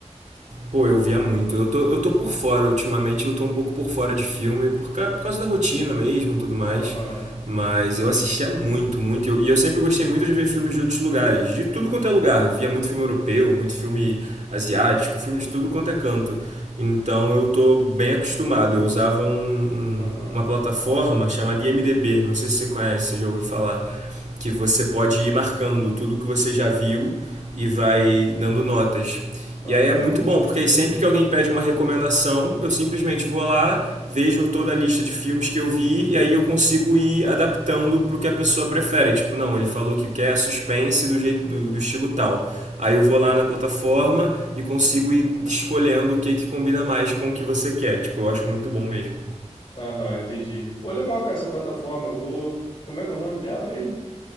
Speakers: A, on the right; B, on the left.
A: Pô, eu via muito. Eu tô, eu tô por fora. Ultimamente eu tô um pouco por fora de filme, por, ca- por causa da rotina mesmo e tudo mais.
B: Aham,
A: Mas eu assistia muito, muito. E eu, e eu sempre gostei muito de ver filmes de outros lugares, de tudo quanto é lugar. Eu via muito filme europeu, muito filme asiático, filme de tudo quanto é canto. Então eu tô bem acostumado. Eu usava um- um-
B: aham,
A: uma plataforma chamada IMDB, não sei se você conhece, você já ouviu falar que você pode ir marcando tudo que você já viu e vai dando notas.
B: aham,
A: E aí é muito bom, porque aí sempre que alguém pede uma recomendação, eu simplesmente vou lá, vejo toda a lista de filmes que eu vi e aí eu consigo ir adaptando para o que a pessoa prefere. Tipo, não, ele falou que quer suspense do jeito do, do estilo tal. Aí eu vou lá na plataforma e consigo ir escolhendo o que que combina mais com o que você quer. Tipo, eu acho muito bom mesmo.
B: aham, entendi. Pô, legal, cara, essa plataforma. Eu vou. Como é que é o nome dela mesmo?